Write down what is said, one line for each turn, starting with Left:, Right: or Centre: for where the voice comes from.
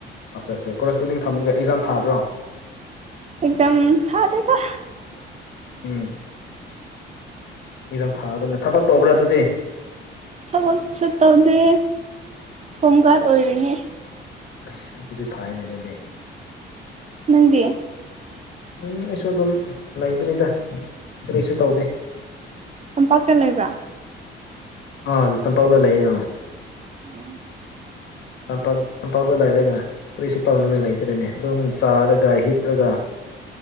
Left: ꯑꯠ ꯑꯠꯆꯥ ꯀꯣꯔꯦꯁꯄꯨꯅꯤꯡ ꯊꯝꯒ ꯑꯦꯛꯖꯝ ꯊꯥꯕ꯭ꯔꯣ꯫
Right: ꯑꯦꯛꯖꯝ ꯊꯥꯗꯦ ꯗ
Left: ꯎꯝ ꯑꯦꯛꯖꯥꯝ ꯊꯥꯒꯗꯕꯅꯦ ꯊꯕꯛ ꯇꯧꯕ꯭ꯔꯥ ꯑꯗꯨꯗꯤ
Right: ꯊꯕꯛꯁꯨ ꯇꯧꯗꯦ ꯍꯣꯝ ꯒꯥꯔꯗ ꯑꯣꯏꯔꯤꯅꯦ꯫
Left: ꯑꯁ ꯑꯗꯨꯗꯤ ꯐꯥꯏꯅꯦ ꯑꯗꯨꯗꯤ꯫
Right: ꯅꯪꯗꯤ꯫
Left: ꯎꯝ ꯑꯩꯁꯨ ꯑꯗꯨꯝ ꯂꯩꯕꯅꯤꯗ ꯀꯔꯤꯁꯨ ꯇꯧꯗꯦ
Right: ꯇꯝꯄꯥꯛꯇ ꯂꯩꯕ꯭ꯔꯥ꯫
Left: ꯑ ꯇꯝ ꯄꯥꯛꯗ ꯂꯩꯌꯦ
Right: <inaudible>
Left: ꯂꯝꯄꯥꯛ ꯂꯝꯄꯥꯛꯇ ꯂꯩꯔꯒ ꯀꯔꯤꯁꯨ ꯇꯥꯎꯅꯉꯥꯏ ꯂꯩꯇ꯭ꯔꯦꯅꯦ ꯑꯗꯨꯝ ꯆꯥꯔꯒ ꯍꯤꯞꯂꯒ꯫